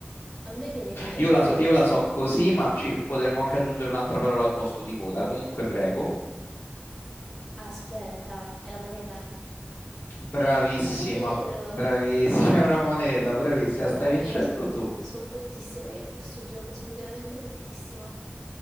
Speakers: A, in the centre; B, on the left.
A: a me viene in mente...
B: Io la so, io la so così, ma ci- potremmo anche aggiungere un'altra parola al posto di coda. Comunque, prego.
A: Aspetta, è la moneta?
B: Bravissima,
A: Davvero?
B: bravissima, <laughs> è una moneta, bravissima,
A: Mamma
B: stai vincendo
A: mia, sono
B: tu.
A: fortissima io in questo gioco, sono veramente fortissima.